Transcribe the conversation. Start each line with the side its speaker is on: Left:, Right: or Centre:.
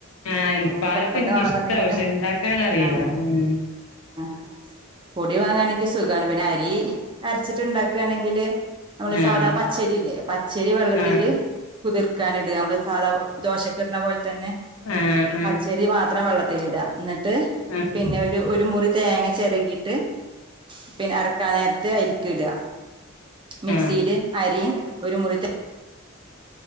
Left: ആഹ് എനി
Right: അപ്പൊ
Left: പാലപ്പം
Right: പെട്ടെന്ന്
Left: എനിക്കിഷ്ടാ
Right: വേണെന്ന് ഇണ്ടെങ്കിലും
Left: പക്ഷെ ഇണ്ടാക്കാൻ അറിയില്ല
Right: ആഹ്
Left: ഉം
Right: ആഹ് ആഹ് പൊടി വാങ്ങാണെങ്കി സുഖാണ് പിന്നെ അരി അര്ച്ചിട്ട് ഇണ്ടാക്കാണെങ്കില് നമ്മളെ
Left: ആഹ്
Right: സാധാ പച്ചരി ഇല്ലേ പച്ചരി വെള്ളത്തില്
Left: ആഹ്
Right: കുതിർക്കാന്ടാ അമ്മള് സാധാ ദോശക്കിട്ണ പോല തന്നെ
Left: ഏഹ് ഉം
Right: ച്ചരി മാത്രം വെള്ളത്തിലിടാ ഇന്ന്ട്ട്
Left: ആഹ്
Right: പിന്നെ ഒരു ഒ രു മുറി തേങ്ങ ചെരകീട്ട് പിന്നെ അരക്കാൻ നേരത്ത് അയില്ക്ക് ഇടാ മിക്സീല്
Left: ആഹ് ആഹ്
Right: അരിം ഒരു മുറി തേ